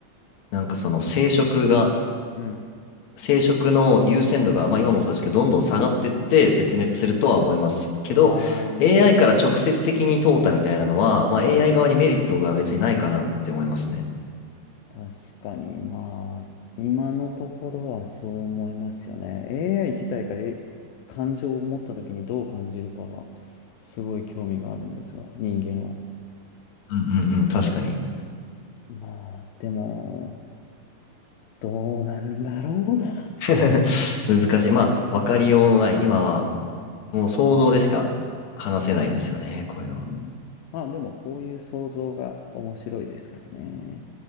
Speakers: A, on the left (about 60°); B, on the left (about 85°).
A: なんかその生殖が、
B: うん。
A: 生殖の優先度が、まあ、今もそうですけど、どんどん下がってって絶滅するとは思いますけど、
B: うん。あ
A: AI
B: あー。
A: から直接的に淘汰みたいなのは、まあ、AI 側にメリットが別にないかなって思いますね。
B: 確かに、まあ、今のところはそう思いますよね。AI 自体が、え、感情を持った時にどう感じるかは、すごい興味があるんですが、人間を。
A: うんうんうん、確かに。
B: まあ、でも、どうなんだろうな。
A: <laughs> 難しい。まあ、わかりようのない、
B: うん。
A: 今は
B: うん
A: もう想像でしか話せないですよね、こういうのは。
B: うんまあ、でも、こういう想像が面白いですからね。